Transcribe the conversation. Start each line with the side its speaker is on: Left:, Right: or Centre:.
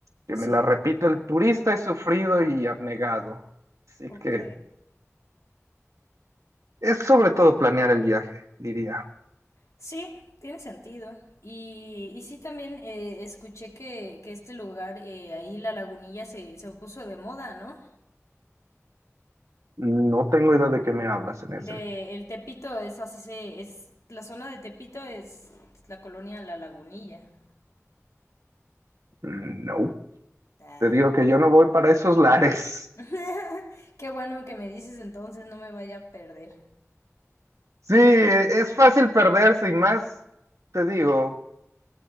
Right: que
Left: Sí.
Right: me la repito, el turista es sufrido y abnegado. Así
Left: Ok.
Right: que es sobre todo planear el viaje, diría.
Left: Sí, tiene sentido. Y, y sí, también eh, escuché que, que este lugar, eh, ahí la lagunilla, se, se puso de moda, ¿no?
Right: No tengo idea de qué me hablas en ese.
Left: De el Tepito es así, se, es la zona de Tepito es la colonia La Lagunilla.
Right: No,
Left: Claro.
Right: te digo que yo no voy para esos lares.
Left: <laughs> Qué bueno que me dices entonces, no me vaya a perder.
Right: Sí, e, es fácil perderse y más, te digo,